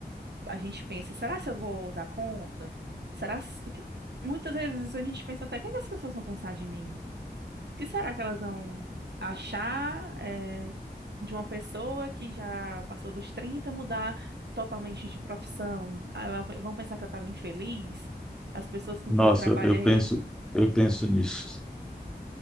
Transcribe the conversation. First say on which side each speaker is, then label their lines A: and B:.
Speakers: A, on the right; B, in the centre.
A: a gente pensa, será se eu vou dar conta? Será se- o que muitas vezes a gente pensa até, o que é que as pessoas vão pensar de mim? O que será que elas vão achar eh, de uma pessoa que já passou dos 30 mudar totalmente de profissão? Ah, ela- Vão pensar que eu estava infeliz? As pessoas com
B: Nossa,
A: quem eu trabalhei,
B: eu eu penso, eu penso nisso.